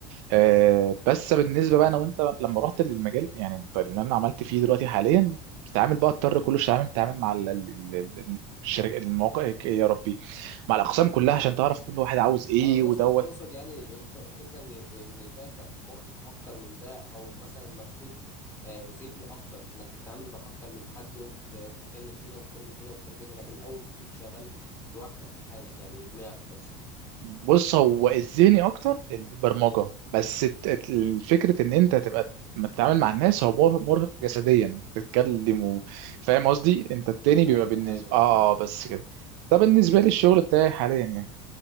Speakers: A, on the right; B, on the left.
A: آه بس بالنسبه بقى انا وانت لما رحت للمجال يعني انت اللي انا عملت فيه دلوقتي حاليا بتتعامل بقى اضطر كل شويه تتعامل تتعامل مع ال- ال- ال- الشركه المواقع يا ربي مع الاقسام كلها عشان تعرف كل واحد عاوز ايه
B: اه تقصد
A: ودوت
B: تقصد يعني الف- الفكرة ان ان ده كان مرهق اكتر من ده او مثلا مجهود آه، ذهني اكتر انك بتتعامل مع اكتر من حد وبت- وبتتكلم هنا وبتتكلم هنا وبتتكلم هنا لكن الاول كنت انت شغال لوحدك في حالك يعني بدماغك بس
A: بص هو الذهني اكتر البرمجه بس الت- الت- الفكره ان انت تبقى ما تتعامل مع الناس هو مر- مرهق جسديا تتكلم و- فاهم قصدي انت التاني بيبقى
B: ايوه
A: بالنسبه
B: ايوه فاهم
A: اه آه، بس كده ده بالنسبه لي الشغل
B: أيوه.
A: بتاعي حاليا يعني